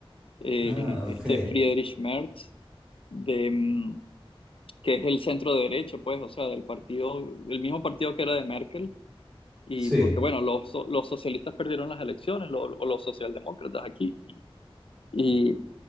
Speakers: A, on the left; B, in the centre.
A: eh,
B: Ah, ok.
A: este Friedrich Merz, de, mm, que es el centro derecha, pues, o sea, del partido, el mismo partido que era de Merkel, y
B: Sí,
A: porque bueno, los, so- los socialistas perdieron las elecciones, lo- o los socialdemócratas aquí. y Y